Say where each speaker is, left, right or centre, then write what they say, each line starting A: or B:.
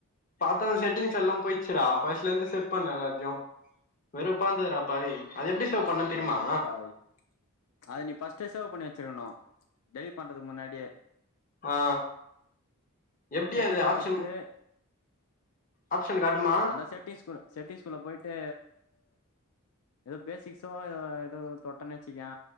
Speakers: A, on the left; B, on the left.
A: பாத்தா செட்டிங்ஸ் எல்லா போய்ச்சுடா ஃபஸ்ட்லெந்து செட் பண்ல எல்லாத்தையு வெறுப்பாந்துதுடா பாவி அது எப்டி சேவ் பண்ணன்
B: அடப்பாவி
A: தெரியுமா
B: அது நீ ஃபஸ்ட்டே சேவ் பண்ணி வச்சிருக்கணு டெலிட் பண்றதுக்கு முன்னாடியே
A: ஆ எப்டி
B: செட்டிங்ஸ்லா
A: அது ஆப்ஷன்
B: வச்சுட்டு
A: ஆப்ஷனு காட்டுமா
B: அதா செட்டிஸ்குள்ள செட்டிஸ்குள்ள பொய்ட்டு எதோ பேசிக்ஸோ எதோ எதோ தொட்டன் வச்சுக்யே